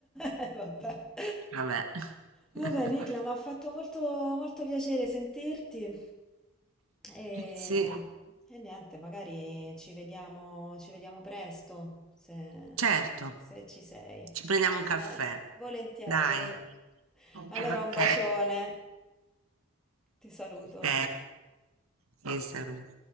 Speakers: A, in the centre; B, on the right (about 80°).
A: eh. <laughs> Vabbè.
B: Vabbè.
A: Vabbè,
B: <laughs>
A: Nicla, mi ha fatto molto, molto piacere sentirti. E,
B: Sì,
A: e niente, magari ci vediamo, ci vediamo presto, se,
B: certo.
A: se ci sei.
B: Ci prendiamo
A: Va
B: un
A: bene,
B: caffè.
A: volentieri.
B: Dai. Ok,
A: Allora un bacione, ti saluto.
B: ok. Ti saluto.